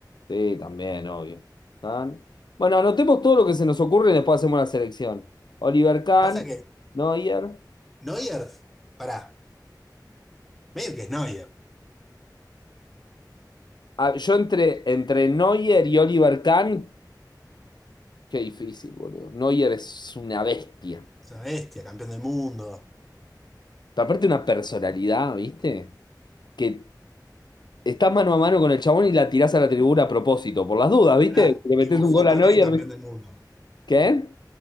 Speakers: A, on the left; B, in the centre.
A: Sí, también, obvio. Kahn. Bueno, anotemos todo lo que se nos ocurre y después hacemos la selección. Oliver Kahn,
B: Lo que pasa es que
A: Neuer.
B: Neuer, pará, medio que es Neuer.
A: Ah, yo entre, entre Neuer y Oliver Kahn, qué difícil, boludo. Neuer es una bestia.
B: Es una bestia, campeón del mundo.
A: Pero aparte una personalidad, ¿viste? Que estás mano a mano con el chabón y la tirás a la tribuna a propósito, por las dudas, ¿viste?
B: Pará.
A: Le metés
B: Y Buffon
A: un gol a
B: también
A: Neuer.
B: campeón del mundo.
A: ¿Qué?